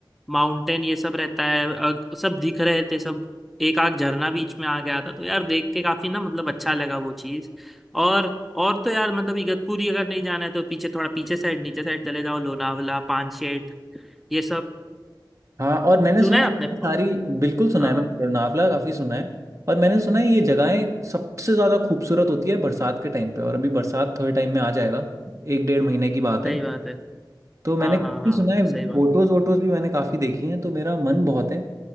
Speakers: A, in the centre; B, on the right.
A: माउंटेन ये सब रहता है अ, सब दिख रहे थे सब एक आग झरना बीच में आ गया था तो यार देख के काफी ना मतलब अच्छा लगा वो चीज और और तो यार मतलब इगतपुरी अगर नहीं जाना है तो पीछे थोड़ा पीछे साइड नीचे साइड चले जाओ लोनावला पानशेट ये सब
B: हाँ और मैंने
A: सुना
B: सुना
A: है आपने
B: है
A: प-
B: ये सारी बिल्कुल सुना
A: हाँ
B: है
A: हाँ
B: मैंने लोनावला काफ़ी सुना है और मैंने सुना है ये जगहें सबसे ज़्यादा खूबसूरत होती है बरसात के टाइम पे और अभी बरसात थोड़े टाइम में आ जाएगा एक डेढ़ महीने की बात
A: सही
B: है
A: बात है
B: तो मैंने
A: हाँ
B: काफ़ी
A: हाँ हाँ
B: सुना है
A: सही बात
B: फोटोज़
A: है
B: वोटोज़ भी मैंने काफ़ी देखी हैं तो मेरा मन बहुत है